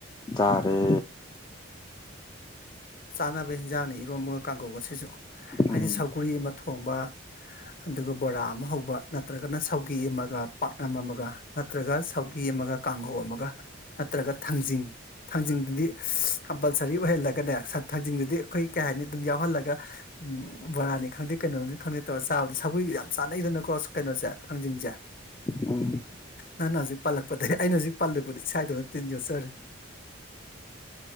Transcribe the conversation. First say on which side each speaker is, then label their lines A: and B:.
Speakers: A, on the left; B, on the left.
A: ꯆꯥꯔꯦ
B: ꯆꯥꯅꯕ ꯍꯤꯟꯖꯥꯡꯅꯤ ꯏꯔꯣꯝ ꯑꯃꯒ ꯀꯥꯡꯒꯧꯒꯁꯤꯁꯨ
A: ꯎꯝ
B: ꯍꯥꯏꯗꯤ ꯁꯧꯒꯔꯤ ꯑꯃ ꯊꯣꯡꯕ ꯑꯗꯨꯒ ꯕꯣꯔꯥ ꯑꯃ ꯍꯧꯕ ꯅꯠꯇ꯭ꯔꯒꯅ ꯁꯧꯒꯤ ꯑꯃꯒ ꯄꯥꯛꯅꯝ ꯑꯃꯒ ꯅꯠꯇ꯭ꯔꯒ ꯁꯧꯒꯤ ꯑꯃꯒ ꯀꯥꯡꯍꯧ ꯑꯃꯒ ꯅꯠꯇ꯭ꯔꯒ ꯊꯥꯡꯖꯤꯡ ꯊꯥꯡꯖꯤꯡꯗꯨꯗꯤ ꯀꯝꯄꯜꯁꯔꯤ ꯑꯣꯏꯍꯜꯂꯒꯅꯦ ꯊꯥꯡꯖꯤꯡꯗꯨꯗꯤ ꯑꯩꯈꯣꯏ ꯀꯩ ꯍꯥꯏꯅꯤ ꯑꯗꯨꯝ ꯌꯥꯎꯍꯜꯂꯒ ꯕꯣꯔꯥꯅꯤ ꯈꯪꯗꯦ ꯀꯩꯅꯣꯅꯤ ꯈꯪꯗꯦ ꯇꯧꯔꯒ ꯆꯥꯕꯗ ꯁꯒꯔꯤꯒ ꯌꯥꯝ ꯆꯥꯟꯅꯩꯗꯅꯀꯣ ꯀꯩꯅꯣꯁꯦ ꯊꯥꯡꯖꯤꯡꯁꯦ
A: ꯎꯝ
B: ꯅꯪꯅ ꯍꯧꯖꯤꯛ ꯄꯥꯜꯂꯛꯄꯗꯒꯤ ꯑꯩꯅ ꯍꯧꯖꯤꯛ ꯄꯥꯜꯂꯛꯄꯗ ꯏꯁꯥꯗꯨꯗ ꯇꯤꯟ ꯌꯣꯠꯆꯔꯤ